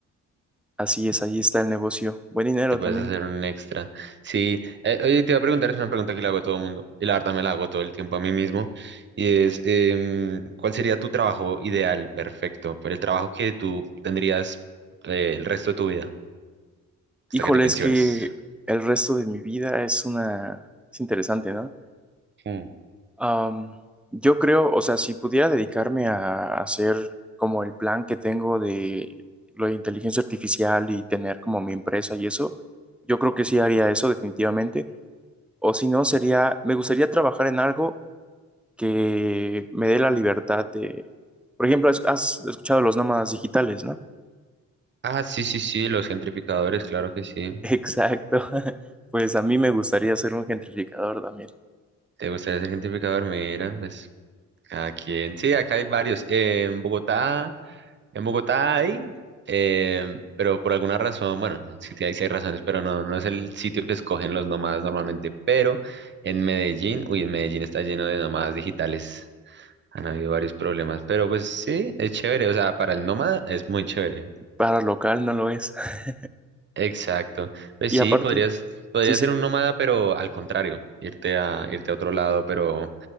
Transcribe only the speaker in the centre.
así es, ahí está el negocio. Buen dinero
también.
Híjole,
es que el resto de mi vida es una... Es interesante, ¿no?
Am, yo creo, o sea, si pudiera dedicarme a hacer como el plan que tengo de lo de inteligencia artificial y tener como mi empresa y eso, yo creo que sí haría eso definitivamente. O si no, sería, me gustaría trabajar en algo que me dé la libertad de, por ejemplo, has has escuchado los nómadas digitales, ¿no?
<laughs> Exacto. <laughs> Pues a mí me gustaría ser un gentrificador también.
Para local no lo es. <laughs>
Y
aparte,
sí, sí,